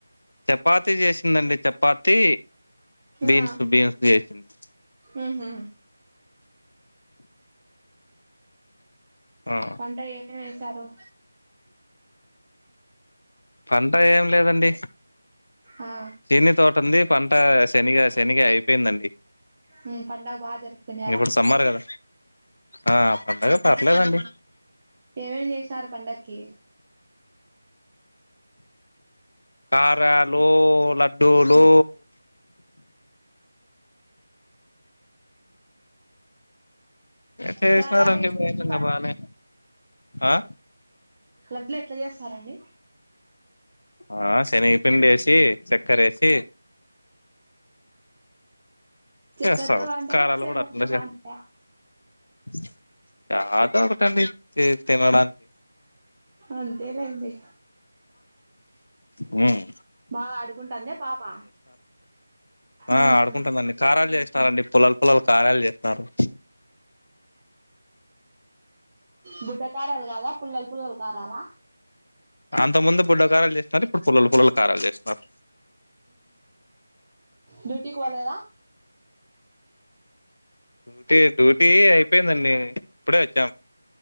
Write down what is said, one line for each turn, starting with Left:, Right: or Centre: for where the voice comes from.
Left: చపాతి చేసిందండీ చపాతి బీన్స్
Right: ఆ
Left: బీన్స్ చేసింది
Right: ఉహు
Left: ఆ
Right: పంట ఏమి వేసారు
Left: పంట ఏం లేదండి
Right: ఆ
Left: శనగ తోట ఉంది పంట శనిగా శనిగ అయిపోయిందండి
Right: హ్ పండగ బా జరుపుకున్నారా
Left: ఇప్పుడు సమ్మర్ కదా ఆ పండగ పర్లేదండి
Right: ఏమేమి చేసినారు పండకి
Left: కారాలు లడ్డూలు చేసారండి
Right: కారాలు ఎట్లా చేస్తారు
Left: బానే ఆ
Right: ఎడ్లు ఎట్లా చేస్తారండి
Left: ఆ శనిగా పిండి ఏసి చక్కర ఏసి
Right: చెక్కర్తో
Left: చేస్తారు
Right: కంటే
Left: కారాలు
Right: బెల్లం
Left: కూడా అట్లా
Right: తో
Left: చే
Right: బాగుంటయా
Left: <unintelligible> తినడానికి
Right: అంతేలేండి
Left: హ్మ్
Right: బాగా ఆడుకుంటాంద పాప
Left: ఆ
Right: ఉమ్
Left: ఆడుకుంటమండి కారాలు చేస్తారండి పొల్లలు పోల్లలు కారాలు చేస్తారు
Right: బుడ్డ కారాలు కాదా పుల్లలు పుల్లలు కారాలా
Left: అంత ముందు బుడ్డకారాలు చేసరు ఇపు ప్పుడు పుల్లలు పిల్లలు ఖారాలు చేస్తున్నారు
Right: డ్యూటీకి పోలేదా
Left: డ్యూటీ డ్యూటీ అయిపోయిందండి ఇప్పుడే వచ్చాం